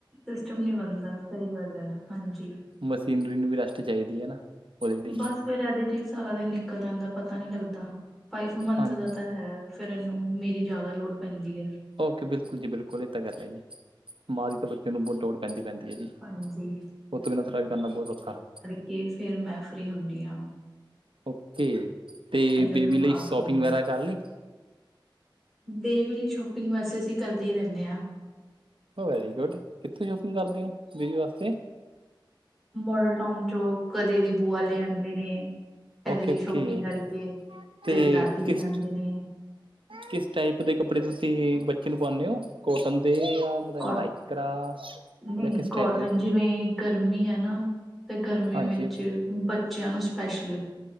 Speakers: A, in the centre; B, on the right.
A: ਸਿਸਟਮ ਨਹੀਂ ਬਣਦਾ ਸਹੀ ਗੱਲ ਹੈ ਹਾਂਜੀ
B: ਮਸ਼ੀਨਰੀ ਨੂੰ ਵੀ ਰੈਸਟ ਚਾਹੀਦੀ ਹੈ ਨਾ ਉਹਦੇ ਲਈ
A: ਬਸ ਫੇਿਰ ਇਹਦੇ ਚ ਸਾਰਾ ਦਿਨ ਨਿਕਲ ਜਾਂਦਾ ਪਤਾ ਨਹੀਂੀ ਲੱਗਦਾ ਫਾਈਵ ਮੰਥ
B: ਹਾਂਜੀ
A: ਦਾ ਤਾਂ ਹੈ ਫੇਰ ਇਹਨੂੰ ਮੇਰੀ ਜ਼ਿਆਦਾ ਲੋੜ ਪੈਂਦੀ ਹੈ
B: ਓਕੇ ਬਿਲਕੁਲ ਜੀ ਬਿਲਕੁਲ ਇਹ ਤਾਂ ਗੱਲ ਹੈ ਜੀ ਮਾਂ ਦੀ ਤਾਂ ਬੱਚੇ ਨੂੰ ਬ ਲੋੜ ਪੈਂਦੀ ਪੈਂਦੀ ਹੈ ਜੀ
A: ਹਾਂਜੀ
B: ਉਹੱ ਤੋਂ ਬਿਨਾਂ ਵੀ ਕਰਨਾ ਬਹੁਤ ਔਖਾ
A: ਕੇ ਫੇਰ ਮੈਂ ਫਰੀ ਹੁਣੀ ਹਾਂ
B: ਓਕੇ ਤੇ
A: ਇਹਨੂੰ
B: ਬੇਬੀ
A: ਲਵਾ
B: ਲਈ
A: ਕੇ
B: ਸ਼ੋਪਿੰਗ ਵਗੈਰਾ ਕਰ ਲਏ
A: ਬੇਬੀ ਲਈ ਸ਼ੋਪਿੰਗ ਵੈਸੇ ਅਸੀਂ ਕਰਦੇ ਹੀ ਰਹਿਣੇ ਹਾਂ
B: ਉਹ ਵੈਰੀ ਗੁੱਡ ਕਿੱਥੋਂ ਸ਼ੋਪਿੰਗ ਕਰਦੇ ਹੋ ਬੇਬੀ ਵਾਸਤੇ
A: ਮੋਡਲ ਟਾਊਨ ਚੋਂ ਕਦੇ ਏਦੀ ਬੂਆ ਲੈ ਆਂਦੇ ਨੇ ਇਹਦੇ
B: ਓਕੇ
A: ਲਈ
B: ਓਕੇ
A: ਸ਼ੋਪਿੰਗ ਕਰਕੇ
B: ਤੇ
A: ਘਰੇ ਦਾਦੀ ਲੈ
B: ਕਿਸ
A: ਆਉਦੇ ਨੇ
B: ਕਿਸ ਟਾਈਪ ਦੇ ਕੱਪੜੇ ਤੁਸੀਂ ਬੱਚੇ ਨੂੰ ਪਉਣੇ ਹੋ ਕੋਟਨ ਦੇ ਜਾਂ ਪਤਾ
A: ਕੋ
B: ਲਾਈਕਰਾ
A: ਨਹੀਂ
B: ਜਾਂ
A: ਨਹੀਂ
B: ਕਿਸ
A: ਕੋਟਨ
B: ਟਾਈਪ ਦੇ
A: ਜਿਵੇਂ ਗਰਮੀ ਹੈ ਨਾ ਤੇ ਗਰਮੀ
B: ਹਾਂਜੀ
A: ਵਿੱਚ ਬੱਚਿਆਂ ਨੂੰ ਸਪੈਸ਼ਲ।